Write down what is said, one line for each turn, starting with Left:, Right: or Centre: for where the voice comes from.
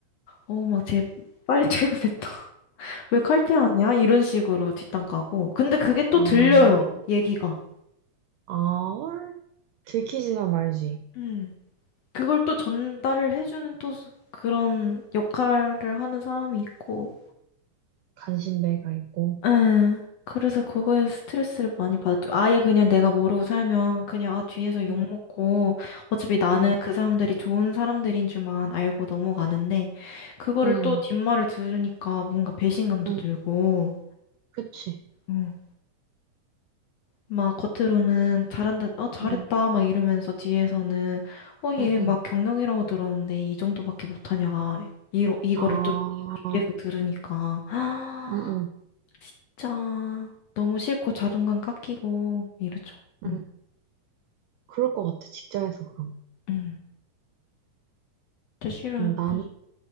Left: 어, 막, 쟤, 빨리 퇴근했다. <laughs> 왜 칼퇴하냐? 이런 식으로 뒷담 까고. 근데 그게 또
Right: 아,
Left: 들려요, 얘기가.
Right: 아얼? 들키지가 말지.
Left: 음, 그걸 또 전달을 해주는 또, 그런 역할을 하는 사람이 있고,
Right: 간신배가 있고.
Left: 응. 그래서 그거에 스트레스를 많이 받았죠. 아예 그냥 내가 모르고 살면 그냥 아 뒤에서 욕
Right: 응,
Left: 먹고 어차피 나는
Right: 응,
Left: 그 사람들이 좋은 사람들인 줄만 알고 넘어가는데 그거를
Right: 응,
Left: 또 뒷말을 들으니까 뭔가 배신감도
Right: 응,
Left: 들고
Right: 그치.
Left: 응. 막 겉으로는 잘한다, 어 잘했다
Right: 응,
Left: 막 이러면서 뒤에서는 어 얘
Right: 응,
Left: 막
Right: 응.
Left: 경영이라고 들었는데 이 정도밖에 못하냐가 이 이거를
Right: 아,
Left: 또 뒤에서 들으니까 <gasps>
Right: 응, 응,
Left: 진짜 너무 싫고 자존감 깎이고 이러죠.
Right: 응.
Left: 응,
Right: 그럴 것 같아, 직장에서 그러면.
Left: 응. 저 싫어요.
Right: 음, 난,
Left: 그